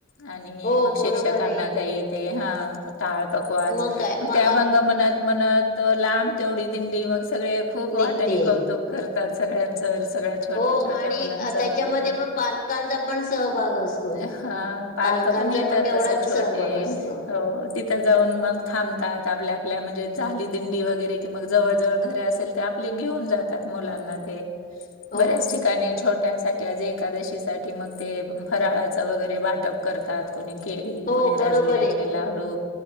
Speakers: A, on the left; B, on the left.
A: आणि
B: हो
A: मग शिक्षकांना
B: बरोबर आहे.
A: ते येते, हं टाळ, पकवाज,
B: मग काय
A: म
B: मग
A: ते अभंग म्हणत- म्हणत त लांब तेवडी दिंडी, मग सगळे खूप वाटानी
B: निघते.
A: कौतुक करतात, सगळ्यांच, सगळ्या छोट्या-छोट्या
B: हो आणि
A: मुलांचा
B: अ, त्याच्यामध्ये
A: वगैरे,
B: मग पालकांचा पण सहभाग असतो.
A: हां. पालक
B: पालकांचा
A: पण येतात,
B: तेवढाच
A: तसं छोटे
B: सहभाग असतो.
A: हो, तिथं जाऊन मग थांबतात, आपल्या-आपल्या, म्हणजे झाली दिंडी वगैरे, कि मग जवळ-जवळ घरे असेल त, आप पले घेऊन जातात, मुलांना ते.
B: <unintelligible>
A: बऱ्याच ठिकाणी छोट टंयासाठी आज एकादशी साठी, मग ते फराळाचं वगैरे, वाटप करतात, कुणी केळी
B: हो
A: कूणी
B: बरोबर
A: राजगिऱ्याचे
B: आहे.
A: लाडू,